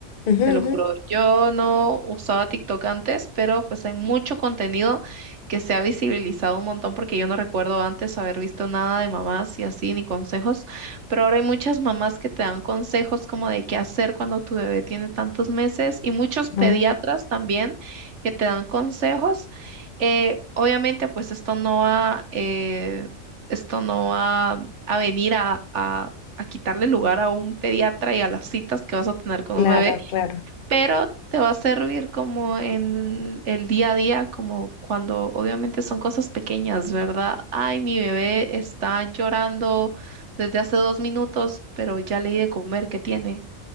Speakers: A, on the left (about 50°); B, on the right (about 60°).
A: ujú,
B: Te lo
A: ujú.
B: juro, yo no usaba TikTok antes, pero pues hay mucho contenido que se ha visibilizado un montón porque yo no recuerdo antes haber visto nada de mamás y así, ni consejos, pero ahora hay muchas mamás que te dan consejos como de qué hacer cuando tu bebé tiene tantos meses y muchos pediatras
A: Ah,
B: también que te dan consejos. Eh, obviamente pues esto no va, eh, esto no va a venir a... a a quitarle lugar a un pediatra y a las citas que vas a tener con
A: claro,
B: un bebé
A: claro.
B: pero te va a servir como en el día a día, como cuando obviamente son cosas pequeñas, ¿verdad? Ay, mi bebé está llorando desde hace dos minutos, pero ya le di de comer, ¿qué tiene?